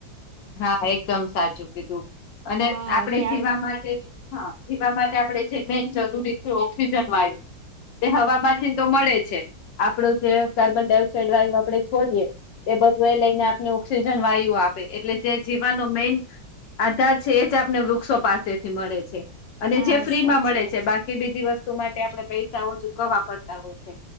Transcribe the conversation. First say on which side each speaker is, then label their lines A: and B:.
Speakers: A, on the left; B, on the right.
A: હા એકદમ સાચું કીધું અને
B: હા
A: આપડે
B: કે
A: જીવા
B: આ
A: માટે હા જીવા માટે આપડે જે મેન જરૂરી છે ઓક્સિજન વાયુ તે હવામાંમાંથી તો મળે છે. આપડું જે કાર્બન ડાયોક્સાઇડ વાયુ આપડે છોડીએ, એ બધું એ લઈને આપને ઓક્સિજન વાયુ આપે એટલે જે જીવાનો મેન આધાર છે એ જ આપને વૃક્ષો પાસેથી મળે છે. અને
B: હા
A: જે ફ્રી
B: સાચી
A: માં મળે
B: વાત
A: છે બાકી કે બીજી વસ્તુ માટે આપણે પૈસાઓ ચૂકવવા પડતા હોય છે